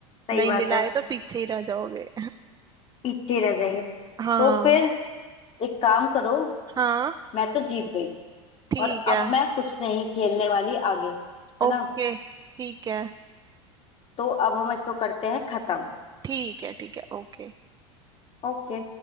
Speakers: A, on the left (about 35°); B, on the right (about 20°).
A: सही
B: नहीं
A: बात
B: मिलाए
A: है
B: तो पीछे ही रह जाओगे
A: पीछे ही रह जाएंगे
B: हाँ
A: तो फिर एक काम करो
B: हाँ
A: मैं तो जीत गई
B: ठीक
A: और अब
B: है
A: मैं कुछ नहीं खेलने वाली आगे है
B: ओके
A: ना
B: ठीक है
A: तो अब हम इसको करते हैं खत्म
B: ठीक है ठीक है ओके
A: ओके